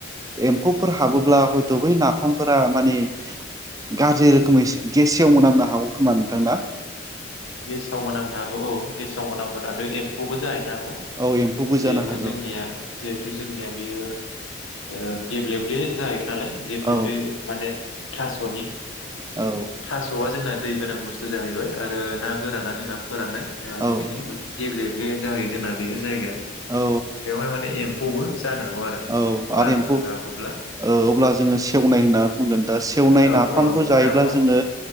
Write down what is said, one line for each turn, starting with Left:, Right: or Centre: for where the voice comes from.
Right: एम्फौफोर हाबोब्ला हयथ बै नाफामफोरा माने गाज्रि रोखोमै गेसेव मोनांनो हागौ खोमा नोंथां‌ ना
Left: गेसाव मोनामनो हागौ औ गेसाव मोनामगोन आरो एम्फौबो जाय गौ
Right: औ एम्फौबो
Left: जिहेथु
Right: जानो हागौ
Left: जोंनिया जिहेथु जोंनिया बियो ओ गेब्लेब्ले जाहैगोन नालाय गेफेफे
Right: औ
Left: माने थासनि
Right: औ
Left: थासआ जोंना दै गोनां बुस्थु जाहैबाय आरो ना गोराना जोंना फोराननाय ओ
Right: औ
Left: बेखायनो माने गेब्ले बे जाहै जोंना बेयो जायगाया
Right: औ
Left: बेवहाय माने एम्फौबो जानो हागौ आरो
Right: औ आरो
Left: बारफोर
Right: एम्फौ
Left: हाबोब्ला
Right: ओ अब्ला जोङो सि सेवनाय होनना बुंगोन दा सेवनाय
Left: औ
Right: नाफामखौ
Left: औ
Right: जायोब्ला
Left: नाफाम
Right: जोङो